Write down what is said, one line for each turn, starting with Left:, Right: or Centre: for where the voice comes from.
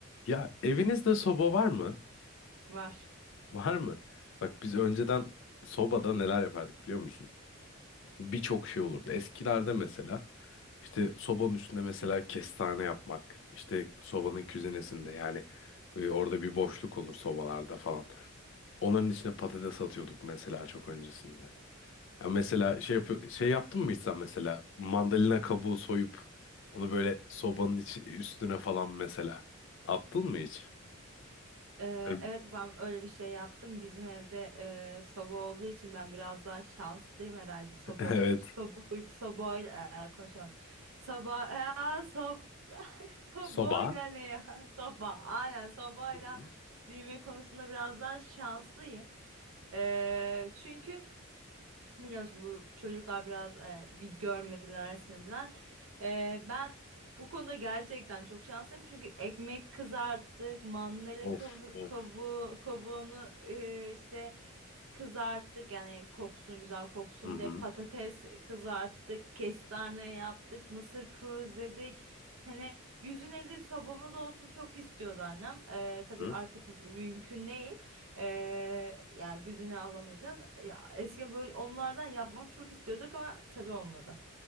Left: Ya evinizde soba var mı?
Right: Var.
Left: Var mı? Bak biz önceden sobada neler yapardık biliyor musun? Birçok şey olurdu. Eskilerde mesela işte sobanın üstünde mesela kestane yapmak, işte sobanın küzinesinde yani e, orada bir boşluk olur sobalarda falan. Onların içine patates atıyorduk mesela çok öncesinde. Ya mesela şey yapı- şey yaptın mı hiç sen mesela mandalina kabuğu soyup onu böyle sobanın içi, üstüne falan mesela attın mı hiç?
Right: Ee,
Left: <laughs>
Right: evet ben öyle bir şey yaptım. Bizim evde e, soba olduğu için ben biraz daha şanslıyım herhalde. Soba,
Left: Evet.
Right: soba, sobayla e, konuşamadım. Soba, e, sob, <laughs> sobayla
Left: Soba.
Right: ne ya? Soba, aynen sobayla
Left: Hı hı.
Right: büyüme konusunda biraz daha şanslıyım. Ee, çünkü Biliyorsun bu çocuklar biraz e, bir görmediler, resmediler. E, ben bu konuda gerçekten çok şanslıyım çünkü ekmek kızarttık, mandalina
Left: Of
Right: kavu-
Left: of.
Right: kabuğu, kabuğunu e, işte kızarttık yani koksun güzel koksun
Left: Hı hı.
Right: diye patates kızarttık, kestane yaptık, mısır közledik. Hani 150 sobamız olsun çok istiyordu annem. E,
Left: Hı
Right: tabii
Left: hı.
Right: artık mümkün değil. Ee, yani gözüne alamayacağız. Ya eski böyle onlardan yapmak çok istiyorduk ama tabii olmadı.